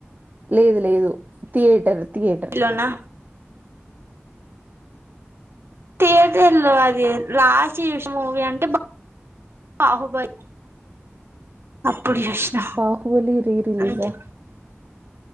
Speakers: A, on the right (about 35°); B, on the right (about 60°).
A: లేదు లేదు థియేటర్ థియేటర్
B: టీవీలోనా థియేటర్ లో అది లాస్ట్ చూస్న మూవీ అంటే బ బాహుబలి అప్పుడు చూసిన
A: బాహుబలి రీ రిలీజా
B: అంతే